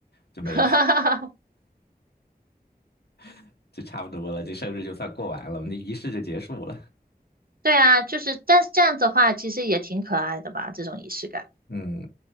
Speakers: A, on the left; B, on the right.
A: 就没了，
B: <laughs>
A: <laughs> 就差不多了，这生日就算过完了，我们的仪式就结束了。
B: 对啊，就是但是这样子的话，其实也挺可爱的吧，这种仪式感。
A: 嗯，